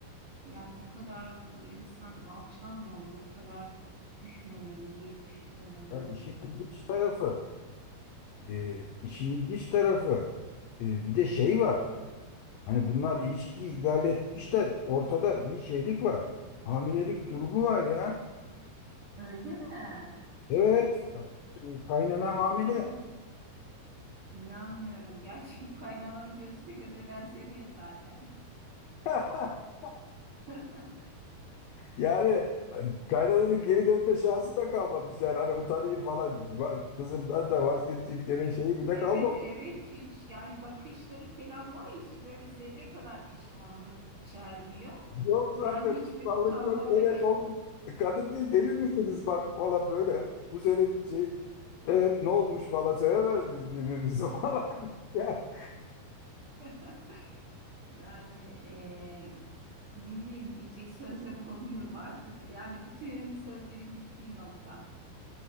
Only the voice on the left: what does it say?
Yani
işin ilginç tarafı. E, işin ilginç tarafı e, bir de şey var. Hani bunlar ilişkiyi ilerletmişler. Ortada bir şeylik var. Hamilelik durumu var ya.
Evet. e, Kaynana hamile.
<laughs>
Yani kaynananın geri dönme şansı da kalmamış yani. Hani utanayım falan va- kızımdan da vazgeçeyim deme şeyi bile
kalmamış.
Yok zaten
kutsallık
yok. Evet
olmuş. E, Kadın değil emin misiniz bak valla böyle. Bu senin şey. Evet ne olmuş falan sevemez biz birbirimizi <laughs> falan. Ya.